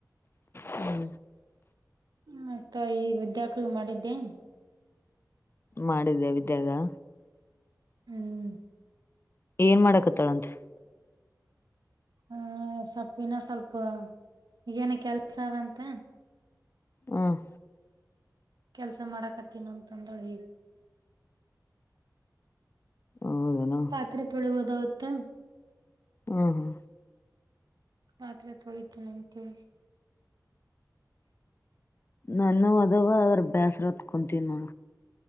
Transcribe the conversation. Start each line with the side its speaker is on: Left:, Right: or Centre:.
Left: ಹ್ಮ
Right: ಮತ್ತ ಈಗ ವಿದ್ಯಾಕ್ಕಗ ಮಾಡಿದ್ದೆ.
Left: ಮಾಡಿದ್ಯಾ ವಿದ್ಯಾಗ.
Right: ಹ್ಮ್
Left: ಏನ್ ಮಾಡಕತ್ತಾಳಂತ.
Right: ಹ ಹ ಸೊಪ್ಪ ಹಿನ ಸ್ವಲ್ಪ ಈಗೇನ ಕೆಲ್ಸದಂತ.
Left: ಹ್ಮ್ಮ್
Right: ಕೆಲ್ಸ ಮಾಡಾಕತ್ತಿನ ಅಂತ ಅಂದಳು
Left: ಹೌದೇನ
Right: ಪಾತ್ರೆ ತೊಳಿ ಹೋದವತ್ತ
Left: ಹಾ ಹಾ
Right: ಮಾತ್ರ ತೊಳಿತ ನಿಮಗೆ
Left: ನನ್ನ ಅದವ ಅದ್ರ ಬೇಸ್ರ ಹತ್ ಕುಂತೀ ನ